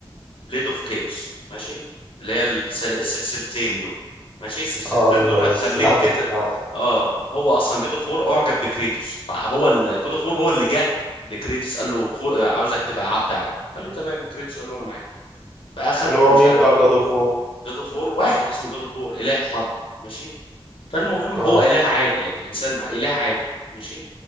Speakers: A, on the left; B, in the centre.
A: بليد اوف كيوس ماشي اللي هي السل... السلسلتين دول ماشي السلسلتين
B: اه ال-
A: دول هتخليك
B: السلاح بتاع
A: تتل اه هو اصلا جود اوف وور اعجب بكريتوس فهو جود اوف وور هو اللي جه لكريتوس قال له خو... آه، عاوزك تبقى عبد عندي قال له تمام كريتوس قال له انا معاك فاخد
B: اللي هو
A: ومش
B: مين
A: عارف
B: بقى جاد اوف وور
A: جود اوف وور واحد اسمه جود اوف وور اله حرب ماشي فالمهم
B: اه
A: هو اله عادي يعني انسان اله عادي ماشي